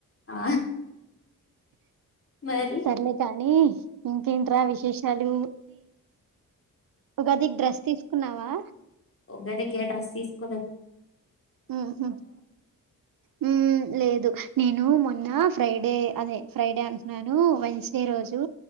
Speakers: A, on the left (about 40°); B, on the right (about 75°).
A: ఆ మరి
B: సర్లే కానీ. ఇంకేంట్ర విశేషాలు. ఉగాది కి డ్రెస్ తీసుకున్నావా.
A: ఉగాది కి ఏ డ్రెస్ తీసుకోలేద్.
B: ఆహ ఉమ్ ఆ లేదు నేను మో. అన్న ఫ్రైడే అదే ఫ్రైడే అంటున్నాను వెన్సడే రోజు.